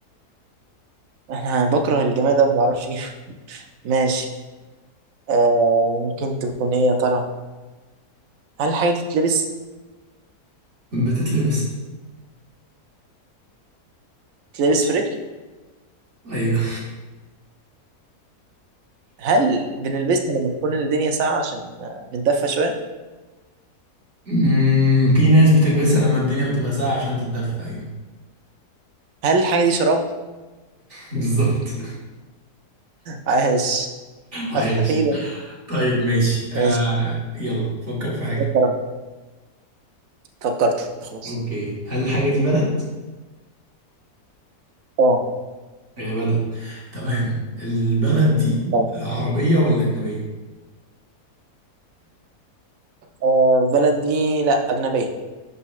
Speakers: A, on the right; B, on the right.
A: <laughs> انا بكره الجماد ده ما بعرفش <laughs> ايه ماشي آه ممكن تكون ايه يا ترى هل الحاجة دي تلبس
B: بتتلبس
A: تلبس في رجل
B: <coughs> ايوه
A: هل بنلبسها لما تكون الدنيا ساقعة عشان آه، نتدفى شوية
B: مم، في ناس بتلبسها لما الدنيا بتبقى ساقعة عشان تتدفى ايوه
A: هل الحاجة دي شراب
B: <laughs> بالظبط
A: عاش
B: عايش
A: أخ... أخيرا
B: طيب ماشي آه
A: ماشي
B: يلا فكر في حاجة
A: شكراً. فكرت خلاص
B: اوكي هل الحاجة دي بلد؟
A: اه
B: هي بلد تمام البلد دي
A: بلد
B: عربية ولا أجنبية؟
A: آه بلد دي لا أجنبية